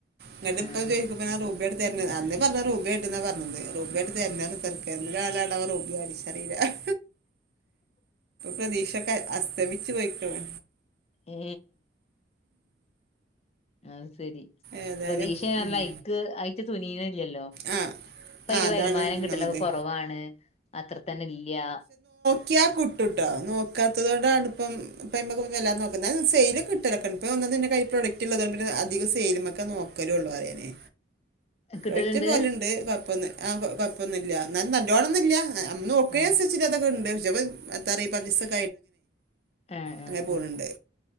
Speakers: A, on the right; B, on the left.
A: എന്നിട്ട് ഇപ്പ
B: ആഹ്
A: അത് ചോദിക്കുമ്പോ പറ രൂപയായിട്ട് തരണ് അന്ന് പറഞ്ഞത് രൂപയായിട്ടെന്ന പറഞ്ഞത് രൂപയായിട്ട് തരണന്ന് നോക്കാം <unintelligible> പ്രേതീശയൊക്കെ അസ്തമിച്ച് പോയ്ക്ക്ണ്
B: ഏ അത്ശെരി
A: ഏതായാലും
B: പ്രതീക്ഷയറ്ഞ്ഞയ്ക്ക്
A: ഉം.
B: അയ്ക്ക് തുനിയ്ണ്ല്ലല്ലോ
A: ആ
B: പ്പയ്ൽ
A: ആ അതാണ്
B: വര്മാനം
A: ഒന്നാമതേ
B: കിട്ടലൊക്കെ കൊറവാണ് അത്ര തന്നെല്ല്യാ
A: ക്ക്യാ കുട്ടുട്ടോ നോക്കാത്തതോണ്ടാണ്പ്പം <unintelligible> എല്ലാം നോക്കുന്നെ സെയിൽ കിട്ടലൊക്കെണ്ട് <unintelligible> ന്ന്ൻ്റെകയ്യ്ല് പ്രൊഡക്റ്റ്ള്ളതൊണ്ടെന്നെ അധികും സെയ്ല്മക്കാ നോക്കലൊള്ളു ആദ്യന്നെ
B: കിട്ടല്ണ്ട്
A: ഒഴിച്ച് പോല്ണ്ട് കൊഴ്പ്പൊന്നു ആ കൊയ് കൊഴ്പ്പൊന്നുല്ല ന്നാലും നല്ലോണൊന്നുല്ല <unintelligible> കേസ്ച്ച്ല്ലാത്തൊക്കേണ്ട്
B: ആഹ്
A: <unintelligible> <unintelligible>
B: ആഹ്
A: ക്കായ്ട്ടങ്ങനെ <unintelligible>
B: ആഹ്
A: പോവ്ണ്ട്
B: ആഹ്